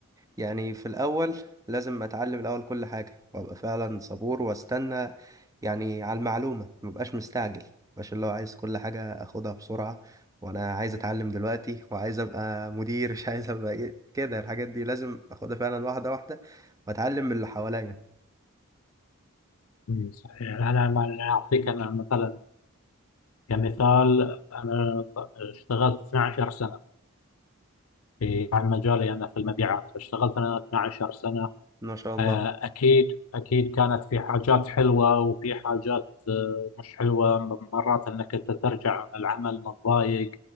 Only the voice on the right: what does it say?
يعني في الأول لازم أتعلم الأول كل حاجة وأبقى فعلا صبور وأستنى يعني على المعلومة مبقاش مستعجل مبقاش اللي هو عايز كل حاجة أخدها بسرعة وأنا عايز أتعلم دلوقتي وعايز أبقى مدير مش عايز أبقى إيه. كده الحاجات دي لازم أخدها فعلا واحدة واحدة وأتعلم من اللي حواليا
ما شاء الله